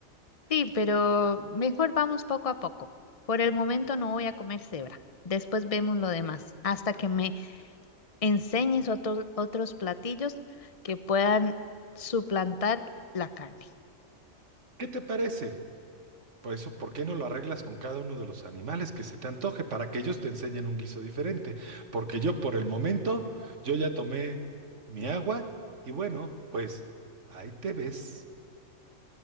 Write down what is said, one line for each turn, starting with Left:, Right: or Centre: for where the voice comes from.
Left: Sí, pero mejor vamos poco a poco. Por el momento no voy a comer cebra. Después vemos lo demás, hasta que me enseñes otro- otros platillos que puedan suplantar la carne.
Right: ¿Qué te parece? Por eso, ¿por qué no lo arreglas con cada uno de los animales que se te antoje para que ellos te enseñen un guiso diferente? Porque yo por el momento, yo ya tomé mi agua y bueno, pues ahí te ves,